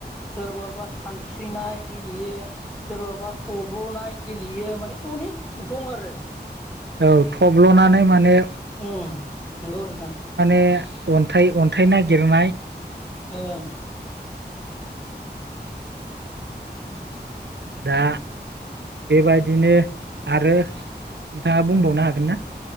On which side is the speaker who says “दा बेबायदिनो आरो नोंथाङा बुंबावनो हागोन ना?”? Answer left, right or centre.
Right